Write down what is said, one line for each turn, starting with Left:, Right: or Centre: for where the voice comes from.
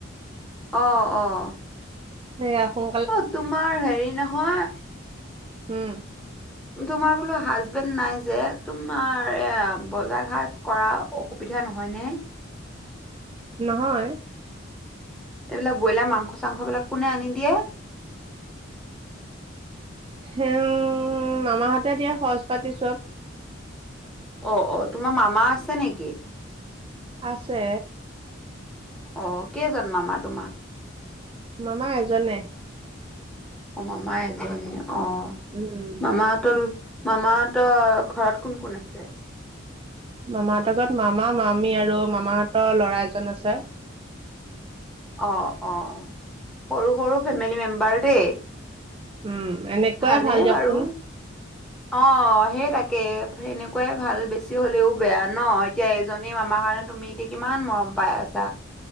Centre: অ' অ'।
Right: সেইয়া সোন
Centre: অ' তোমাৰ হেৰি নহয়
Right: উম।
Centre: তোমাৰ বোলো হাজবেণ্ড নাই যে তোমাৰ এ বজাৰ ঘাট কৰা অসুবিধা নহয় নে?
Right: নহয়।
Centre: এইবিলাক ব্ৰইলাৰ মাংস চাংস বিলাক কোনে আনি দিয়ে?
Right: হে মামাহঁতে দিয়ে খৰচ পাতি চব।
Centre: অ' অ', তোমাৰ মামা আছে নেকি?
Right: আছে।
Centre: অ' কেইজন মামা তোমাৰ?
Right: মামা এজনে।
Centre: অ' মামা এজনেই, অ'
Right: উম
Centre: মামা তল মামা হ'তৰ ঘৰত কোন কোন আছে?
Right: মামাহঁতৰ ঘৰত মামা, মামী আৰু মামাহঁতৰ ল'ৰা এজন আছে।
Centre: অ' অ' সৰু সৰু ফেমিলি মেম্বাৰ দেই।
Right: উম এনেকুৱাই
Centre: ভালেই
Right: ভাল দিয়কচোন
Centre: বাৰু। অঁ' সেই তাকে এনেকুৱাই ভাল, বেছি হলেওঁ বেয়া ন। এতিয়া এজনেই মামা কাৰণে তুমি এতিয়া কিমান মৰম পাই আছা।